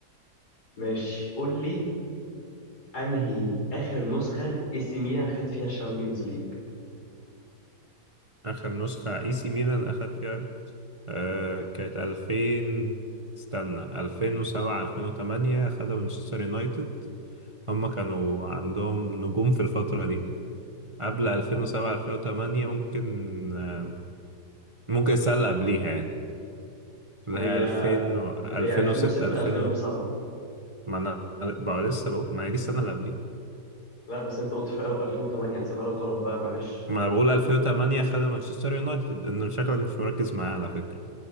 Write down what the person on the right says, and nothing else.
آخر نسخة اي سي ميلان أخد فيها آه كانت 2000 استنى 2007 2008 خدها مانشستر يونايتد هم كانوا عندهم نجوم في الفترة دي قبل 2007
2008 ممكن آه، ممكن السنة اللي قبليها يعني اللي
هي 2000 و... 2006
2000
ما انا بقى لسه بقول ما هي دي السنة اللي قبليها
ما انا بقول 2008 خدها مانشستر يونايتد ان شكلك مش مركز معايا على فكرة